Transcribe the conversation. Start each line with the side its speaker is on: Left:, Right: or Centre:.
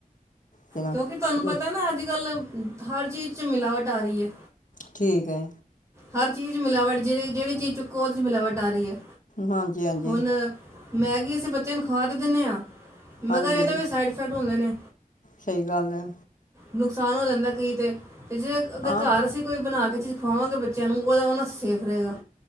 Left: ਕਿਨਾ
Right: ਕਿਉਂਕਿ ਤੁਹਾਨੂੰ ਪਤਾ ਨਾ ਅੱਜਕੱਲ ਹਰ ਚੀਜ਼ 'ਚ ਮਿਲਾਵਟ ਆ ਰਹੀ ਹੈ।
Left: ਠੀਕ ਐ।
Right: ਹਰ ਚੀਜ਼ ਮਿਲਾਵਟ ਜਿਹੜੇ ਚੀਜ਼ ਚੁੱਕੋ ਉਹਦੇ ਮਿਲਾਵਟ ਆ ਰਹੀ ਹੈ।
Left: ਹਾਂਜੀ-ਹਾਂਜੀ
Right: ਹੁਣ ਮੈਗੀ ਅਸੀਂ ਬੱਚਿਆਂ ਨੂੰ ਖਵਾ ਤਾਂ ਦਿੰਨੇ ਆ ਮਗਰ
Left: ਹਾਂਜੀ
Right: ਇਹਦੇ ਵਿੱਚ ਸਾਈਡ ਇਫੈਕਟ ਹੁੰਦੇ ਨੇ।
Left: ਸਹੀ ਗੱਲ ਏ।
Right: ਨੁਕਸਾਨ ਹੋ ਜਾਂਦਾ ਕੀ ਤੇ ਤੇ ਜੇ
Left: ਹਾਂ
Right: ਘਰ ਅਸੀਂ ਕੋਈ ਬਣਾ ਕੇ ਇਹ ਚੀਜ਼ ਦਿਖਾਵਾਂਗੇ ਬੱਚਿਆਂ ਨੂੰ ਉਹਦਾ ਉਹਨਾਂ ਸੇਫ ਰਹੇਗਾ।